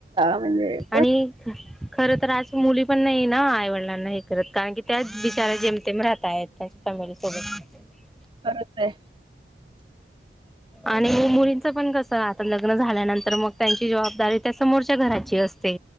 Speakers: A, on the right; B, in the centre.
A: म्हणजे
B: आणि
A: पण
B: खर तर आज मुली पण नाही ना आईवडिलांना हे करत कारण की त्याच बिचारा जेमतेम राहतायत त्यांच्या फॅमिली सोबत
A: खरच आहे.
B: आणि मुलींचं पण कस आता लग्न झाल्यानंतर मग त्यांची जबाबदारी त्या समोरच्या घराची अस ते